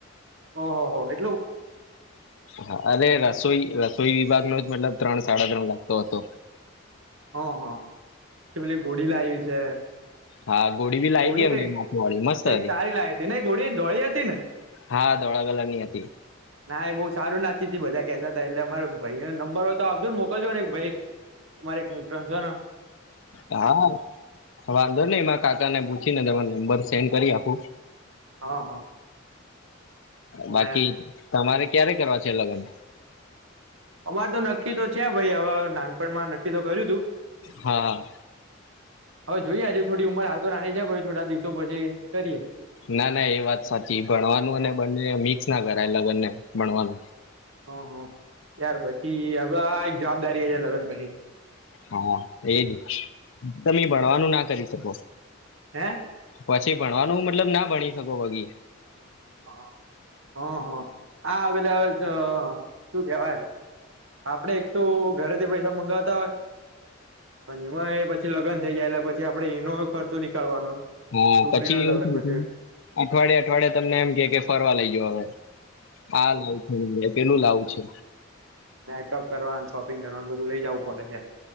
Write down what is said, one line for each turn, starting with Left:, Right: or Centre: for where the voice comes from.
Right: ઓહ હો એ
Left: હા અરે રસોઈ રસોઈ વિભાગ નો જ મતલબ ત્રણ સાડા ત્રણ લાખ તો હતો
Right: હ હ કે પેલી ઘોડી લાવી છે.
Left: હા ગોળી બી લાવી
Right: ઘોડી
Left: હતી એમને
Right: કઈ
Left: નાથું વાળી મસ્ત
Right: કઈક
Left: હતી
Right: સારી લાઈ હતીને ઘોડી ધોળી હતી ને
Left: હા ધોળા કલરની હતી.
Right: ના એ બહુ સારું ના ચતી તી બધા કેતા હતા એટલે અમારે ભાઈએ નંબર હોય તો આપજો ને મોકલજોને ભાઈ અમારે રજાનો
Left: હા વાંધો નઈ મારા કાકાને પૂછીને તમને નંબર સેન્ડ કરી આપું.
Right: હા હા
Left: બાકી
Right: ને
Left: તમારે ક્યારે કરવા છે લગ્ન
Right: મારે તો નક્કી તો છે ભાઈ હવે નાનપણમાં નક્કી તો કર્યું તું
Left: હા હા
Right: હવે જોઈએ હજે થોડી ઉંમર હાલ તો નાની છે પહી થોડા દિવસો પછી કરીએ
Left: ના ના એ વાત સાચી ભણવાનું
Right: હા
Left: અને બંને મિક્સના કરાય લગનને ભણવાનું
Right: હ હ ત્યાર પછી હવે આ એક જવાબદારી હજી લગન પહી
Left: હા એજ તમે ભણવાનું ના કરી શકો
Right: હે
Left: પછી ભણવાનું મતલબ ના ભણી શકો બગી
Right: હ હ હ આ પેલો અવે જો શું કેવાય આપડે એક તો ઘરેથી પૈસા મગાવતા હોય અને એમાં એ પછી લગ્ન થઇ જાય એટલે પછી આપડે એનો ખર્ચો નીકળવાનો
Left: હા
Right: છોકરી
Left: પછી
Right: ન લગ્ન
Left: એવું
Right: પછી
Left: થ અઠવાડિયે અઠવાડયે તમને એમ કે કે ફરવા લઈજો હવે હા લાવું છે પેલુ લાવું છે
Right: મેકઅપ કરવાનું શોપિંગ કરવાનું બધું લઇ જવું પડે યાર